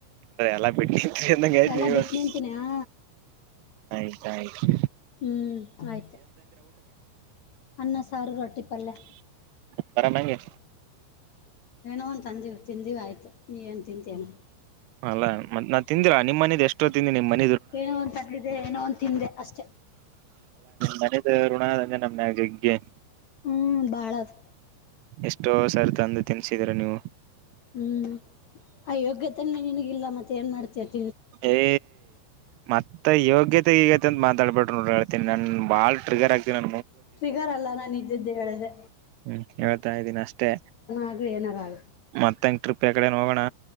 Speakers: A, on the right; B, on the left.
A: ಅ ಎಲ್ಲಾ ಬಿಟ್ಟರಿ ಅಂದಂಗಯತ್
B: ಎಲ್ಲಾ
A: ನೀವಂತೂ
B: ಬಿಟ್ಟು ನಿಂತೀನಿ ಆ
A: ಆಯ್ತಾಯ್ತು
B: ಹ್ಮ್ ಆಯ್ತು ಅನ್ನ ಸಾರು ರೊಟ್ಟಿ ಪಲ್ಲೆ
A: ಬರ ನಂಗೆ
B: ಏನೋ ಒನು ತಂದೀವು ತಿಂದಿವಿ ಆಯ್ತು ನೀ ಏನು ತಿಂತಿ ಏನು
A: ಅಲ್ಲಾ ಮತ್ ನಾನ್ ತಿಂದಿರಾ ನಿಮ್ಮ ಮನೆದ ಎಷ್ಟೋತ್ತಿನಿ ನಿಮ್ಮನ್
B: ಏನೋ ಒಂದ್ ತಂದಿದೆ ಏನೋ ಒಂದ ತಿಂದೆ ಅಷ್ಟೆ
A: ಮನೆದ ಋಣ ಅಂದ್ರೆ ನಮ್ಯಾಗ ಹೆಗ್ಗೆ ಎಷ್
B: ಹ್ಮ್ ಬಾಳ ಅದು
A: ಎಷ್ಟೋ ಸರ್ ತಂದು ತಿನ್ಸಿದೀರ ನೀವು
B: ಹ್ಮ್ ಆ ಯೋಗ್ಯತೆಲ್ಲ ನಿನಗಿಲ್ಲ ಮತ್ತೆ ಏನ್ ಮಾಡ್ತತಿ
A: ಏ ಮತ್ತ ಯೋಗ ಈಗೈತೆ ಈಗೈಐ ಅಂತ ಮಾತಾಡ್ಿ ನೋ ಹೇಳ್ತಿನಿ ನನ್ ಬಾ ್ರಗರ್ಗ್ತಿ ನ
B: ಫ್ರಿಗರ್ ಅಲ್ಲ ನಾನು ಇದ್ದಿದ್ದೆ ಹೇಳದೆೆ
A: ಹ್ಮ್ ಹೇಳ್ತಾ ಇದ್ದೀನಿ ಅಷ್ಟೇ
B: ಆಗು ಏನಾರ ಆಗು
A: ಮತ್ತಂಗ ಟ್ರಿಪ್ ಯಕಡೆ ಹೋಗೋಣ